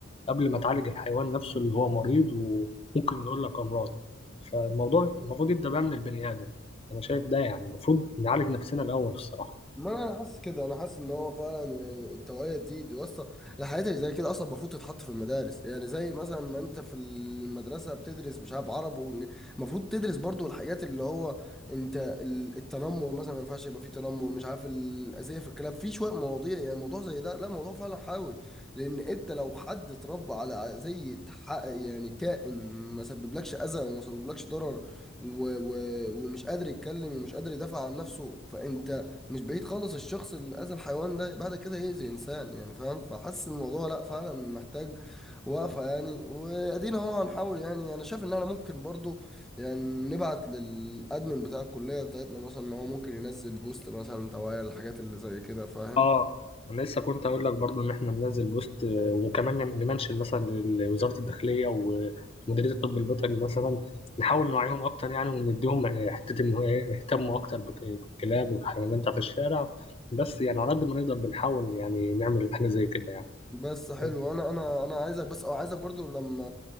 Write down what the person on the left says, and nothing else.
قبل ما تعالج الحيوان نفسه اللي هو مريض وممكن يقول لك امراض فالموضوع المفروض يبدا بقى من البني ادم انا شايف ده يعني المفروض نعالج نفسنا الاول الصراحه
اه انا لسه كنت اقول لك برضو ان احنا ننزل بوست آه، وكمان نم- نمنشن مثلا لوزاره الداخليه ومديريه الطب البيطري مثلا نحاول نوعيهم اكتر يعني ونديهم آه، حته ان هو ايه يهتموا اكتر بك- بالكلاب والحيوانات بتاعت الشارع بس يعني على قد ما نقدر بنحاول يعني نعمل حاجه زي كده يعني
بس